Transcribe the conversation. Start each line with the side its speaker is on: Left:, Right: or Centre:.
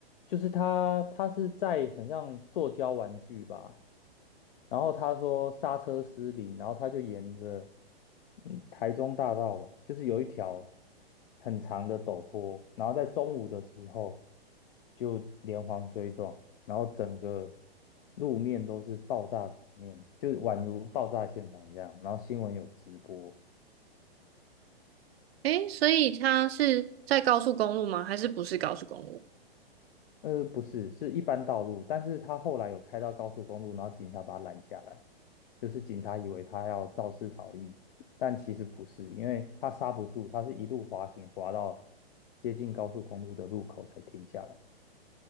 Left: 就是它，它是在很像塑胶玩具吧。然后他说刹车失灵，然后他就沿着嗯台中大道吧，就是有一条很长的陡坡，然后在中午的时候就连环追撞，然后整个路面都是爆炸场面，就宛如爆炸现场这样。然后新闻有直播，
Right: 诶，所以他是在高速公路吗？还是不是高速公路？
Left: 呃，不是，是一般道路，但是他后来有开到高速公路，然后警察把他拦下来。就是警察以为他要肇事逃逸，但其实不是，因为他刹不住，他是一路滑行滑到接近高速公路的路口才停下来，